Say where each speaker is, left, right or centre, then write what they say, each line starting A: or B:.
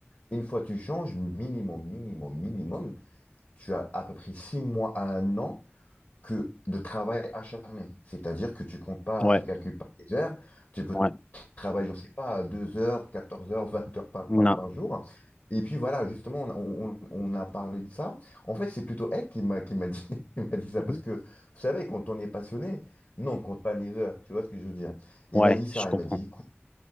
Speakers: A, on the left; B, on the left.
A: une fois tu changes, minimum, minimum, minimum, tu as à peu près six mois à un an que de travail acharné. C'est-à-dire que tu comptes pas,
B: ouais,
A: tu calcules pas les heures, tu peux
B: ouais.
A: travailler, je sais pas, 2 heures, 14 heures, <laughs> 20 heures par, par,
B: Non.
A: par jour. Et puis voilà, justement, on, on- on a parlé de ça. En fait, c'est plutôt elle qui m'a qui m'a dit, <laughs> qui m'a dit ça.
B: Mhm.
A: Parce que, vous savez, quand on est passionné, non, on compte pas les heures. Tu vois ce que je veux dire? Et
B: Ouais,
A: il m'a dit ça.
B: je comprends.
A: Il m'a dit, écoute,